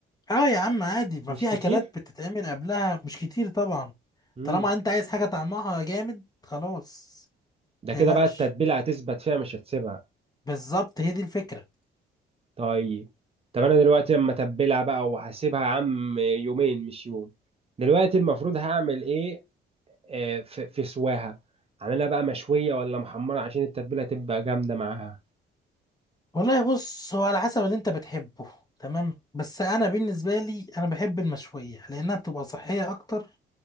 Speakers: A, on the left (about 20°); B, on the right (about 30°).
A: اه يا عم عادي ما
B: مش
A: في
B: كتير
A: اكلات بتتعمل قبلها مش كتير طبعا
B: مم.
A: طالما انت عايز حاجه طعمها جامد خلاص
B: ده
A: متقلقش
B: كده بقى التتبيلة هتثبت فيها مش هتسيبها
A: بالظبط هي دي الفكره
B: طيب طب انا دلوقتي اما اتبلها بقى وهسيبها يا عم يومين مش يوم دلوقتي المفروض هعمل ايه آه، في في سواها اعملها بقى مشويه ولا محمره عشان التتبيله تبقى جامده معاها
A: والله بص هو على حسب اللي انت بتحبه تمام بس انا بالنسبه لي انا بحب المشويه لانها بتبقى صحيه اكتر